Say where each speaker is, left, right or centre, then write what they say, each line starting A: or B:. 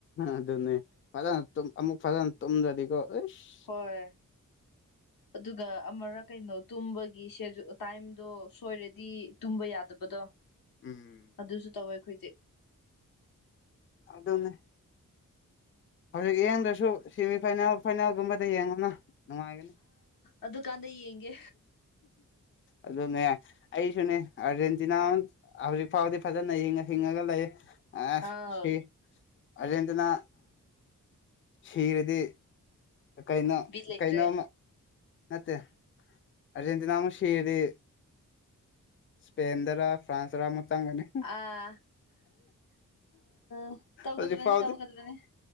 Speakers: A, on the left; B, on the left.
A: ꯑꯗꯨꯅꯦ ꯐꯖꯅ ꯑꯃꯨꯛ ꯐꯖꯅ ꯇꯨꯝꯗ꯭ꯔꯗꯤꯀꯣ ꯑꯦꯁ
B: ꯍꯣꯏ ꯑꯗꯨꯒ ꯑꯃꯔꯥ ꯀꯩꯅꯣ ꯇꯨꯝꯕꯒꯤ ꯁꯦ ꯇꯥꯏꯝꯗꯣ ꯁꯣꯏꯔꯗꯤ ꯇꯨꯝꯕ ꯌꯥꯗꯕꯗꯣ
A: ꯎꯝ
B: ꯑꯗꯨꯁꯨ ꯇꯧꯋꯦ ꯑꯩꯈꯣꯏꯁꯦ
A: ꯑꯗꯅꯦ ꯍꯧꯖꯤꯛ ꯌꯦꯡꯗ꯭ꯔꯁꯨ ꯁꯦꯃꯤ ꯐꯥꯏꯅꯦꯜ ꯐꯥꯏꯅꯦꯜꯒꯨꯝꯕꯗ ꯌꯦꯡꯕꯅ ꯅꯨꯡꯉꯥꯏꯒꯅꯤ
B: ꯑꯗꯨꯀꯥꯟꯗ ꯌꯦꯡꯒꯦ
A: ꯑꯗꯨꯗꯅꯦ ꯑꯩꯁꯨꯅꯦ ꯑꯥꯔꯖꯦꯟꯇꯤꯅꯥ ꯍꯧꯖꯤꯛ ꯐꯥꯎꯗꯤ ꯐꯖꯅ ꯍꯤꯡꯉ ꯍꯤꯡꯉꯒ ꯂꯩ ꯑꯦ
B: ꯑꯥꯎ
A: ꯁꯤ ꯑꯔꯖꯦꯟꯇꯤꯅꯥ ꯁꯤꯔꯗꯤ ꯀꯩꯅꯣ
B: ꯕꯤꯠ ꯂꯩꯇ꯭ꯔꯦ
A: ꯀꯩꯅꯣꯝꯃ ꯅꯠꯇꯦ ꯑꯔꯖꯦꯟꯇꯤꯅꯥ ꯑꯃ ꯁꯤꯔꯤ ꯁꯄꯦꯟꯟꯗꯔ ꯐ꯭ꯔꯥꯟꯁꯔ ꯃꯪꯅꯤ
B: ꯑ ꯎ ꯇꯒꯗꯕꯅꯤ
A: ꯍꯧꯖꯤꯛ ꯐꯥꯎꯗꯤ
B: ꯇꯒꯗꯕꯅꯤ